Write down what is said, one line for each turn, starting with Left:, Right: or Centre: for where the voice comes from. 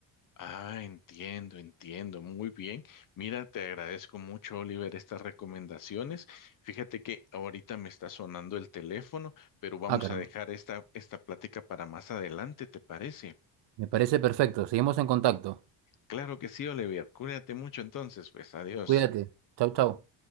Left: Ah, entiendo, entiendo. Muy bien. Mira, te agradezco mucho, Oliver, estas recomendaciones. Fíjate que ahorita me está sonando el teléfono, pero vamos
Right: Ah, caramba,
Left: a dejar esta, esta plática para más adelante, ¿te parece?
Right: me parece perfecto, seguimos en contacto,
Left: Claro que sí, Oliver. Cuídate mucho entonces, pues adiós.
Right: cuídate, chau, chau.